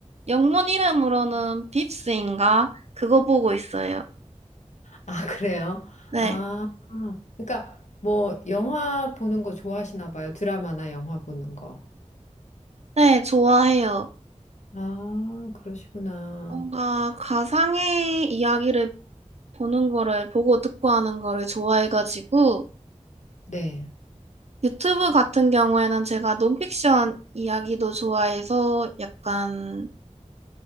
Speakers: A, on the right; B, on the left.
A: 영문 이름으로는 빕스인가? 그거 보고 있어요.
B: 아, <laughs> 그래요?
A: 네,
B: 아, 그러니까 뭐 영화 보는 거 좋아하시나 봐요. 드라마나 영화 보는 거.
A: 네, 좋아해요.
B: 아, 그러시구나.
A: 뭔가 가상의 이야기를 보는 거를 보고 듣고 하는 거를 좋아해가지고
B: 네.
A: 유튜브 같은 경우에는 제가 논픽션 이야기도 좋아해서 약간